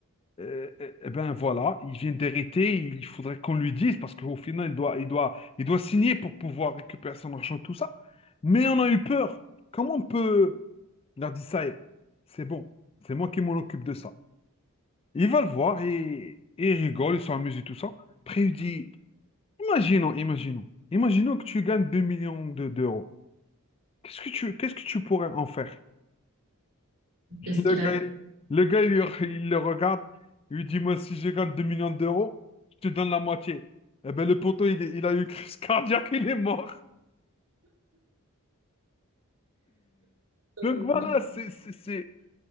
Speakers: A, on the left; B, on the right.
A: Euh, euh, eh ben voilà, il vient d'hériter, il faudrait qu'on lui dise parce qu'au final, il doit, il doit, il doit signer pour pouvoir récupérer son argent, tout ça. Mais on a eu peur. Comment on peut leur dire ça? y est, C'est bon, c'est moi qui m'en occupe de ça. Il va le voir et, et il rigole, ils sont amusés, tout ça. Après, il dit, imaginons, imaginons, imaginons que tu gagnes 2 millions de- d'euros. Qu'est-ce que tu, qu'est-ce que tu pourrais en faire?
B: Qu'est-ce qu'il
A: Le gars,
B: a dit?
A: le gars, il, lui- il le regarde, il lui dit, moi, si je gagne 2 millions d'euros, je te donne la moitié. Eh ben, le poteau, il, est- il a eu une crise cardiaque, il est mort.
B: Euh,
A: Donc voilà, c'est, c'est, c'est-